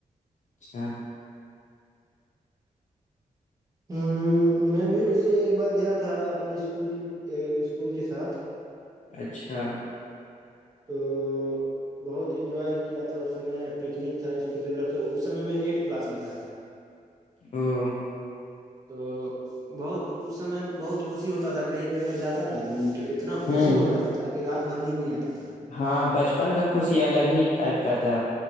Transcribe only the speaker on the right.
ہ میں بھی ویے ایک بار گیا تھا اپنے اسکول اسکول کے ساتھ
تو بہت انجوائے کیا تھا اسمے پکنک تھا اسکول کی طرف سے اس سمے میں ایٹھ کلاس میں تھا
تو بہت اس سمے بہت خوشی ہوتا تھا کہیں بھی اگر جاتا نا آدمی تو اتنا
خوشی ہو جاتا تھا کہ رات بھر نیند نہیں آتا تھا